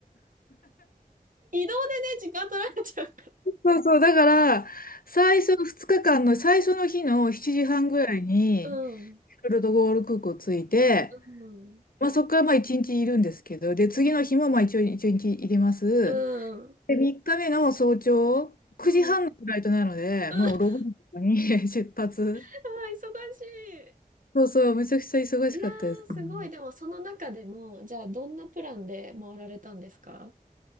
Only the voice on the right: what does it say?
い移動でね、時間取られちゃう。
うん。
うん。
うん。うん。
うん。うん。うんあ
ー、忙しい。
いやー、すごい。でも、その中でも、じゃあ、どんなプランで回られたんですか